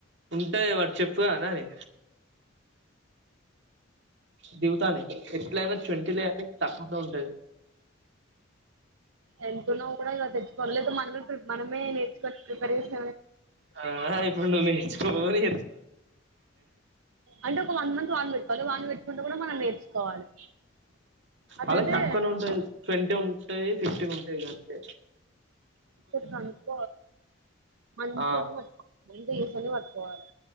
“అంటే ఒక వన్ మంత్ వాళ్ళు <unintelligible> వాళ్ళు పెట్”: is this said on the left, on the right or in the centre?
Right